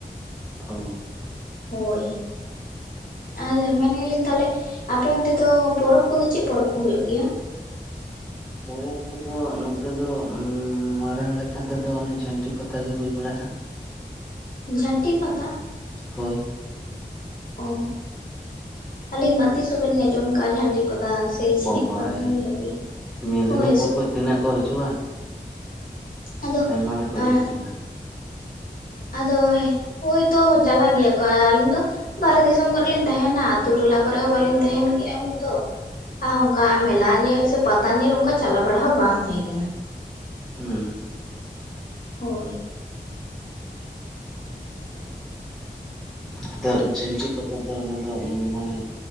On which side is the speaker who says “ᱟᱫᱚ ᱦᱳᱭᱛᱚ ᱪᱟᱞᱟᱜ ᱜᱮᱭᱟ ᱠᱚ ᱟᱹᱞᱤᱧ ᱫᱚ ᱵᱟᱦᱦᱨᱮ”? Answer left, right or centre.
Left